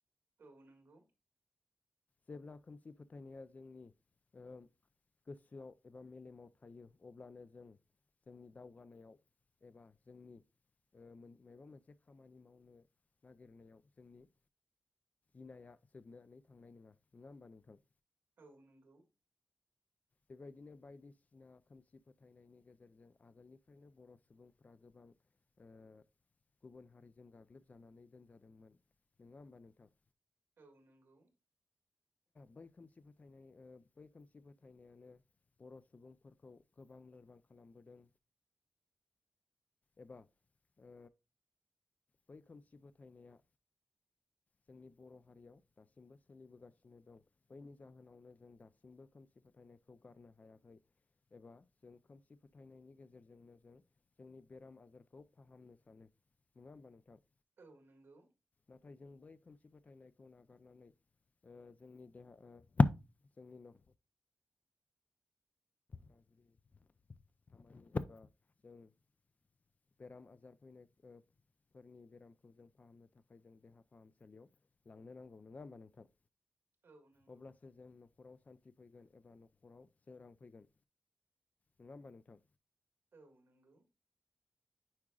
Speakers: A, on the right; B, on the left.
A: औ नंगौ
B: जेब्ला खोमसि फोथायनाया जोंनि ओ गोसोआव एबा मेलेमाव थायो अब्लानो जों जोंनि दावगानायाव एबा जोंनि ओ माबा मोनसे खामानि मावनो नागिरनायाव जोंनि गिनाया जोबनानै थांनाय नङा नङा ओमबा नोंथां
A: औ नंगौ
B: बेबायदिनो बायदिसि ना खोमसि फोथायनायनि गेजेरजों आगोलनिफ्रायनो बर' सुबुंफ्रा गोबां‌। ओ गुबुन हारिजों गाग्लोबजानानै दोनजादोंमोन नङा ओमबा नोंथां?
A: औ नंगौ
B: बै खोमसि फोथायनाय बै खोमसि फोथायनायानो बर' सुबुंफोरखौ गोबां लोरबां खालामबोदों एबा ओ बै खोमसि फोथायनाया जोंनि बर' हारियाव दासिमबो सोलिबोगासिनो दं। बजायनि जाहोनावनो जों दासिमबो खोमसि फोथायनायखौ गारनो हायाखै। एबा जों खोमसि फोथायनायनि गेजेरजोंनो जों जोंनि बेराम आजारखौ फाहामनो सानो नङा ओमबा नोंथां?
A: औ नंगौ।
B: नाथाय जों बै खोमसि फोथायनायखौ नागारनानै ओ जोंनि देहा जोंनि ओ न' गाज्रि खामानि एबा जोङो <inaudible> बेराम आजार फैनायफोरखो फोरनि बेरामखौ जों फाहामनो थाखाय जों देहा फाहामसालियाव लांनो नांगौ नङा ओमबा नोंथां?
A: औ नंगौ।
B: अब्लासो जों नखराव सान्ति फैगोन एबा नखराव सोरां फैगोन नङा ओमबा नोंथां?
A: औ नंगौ।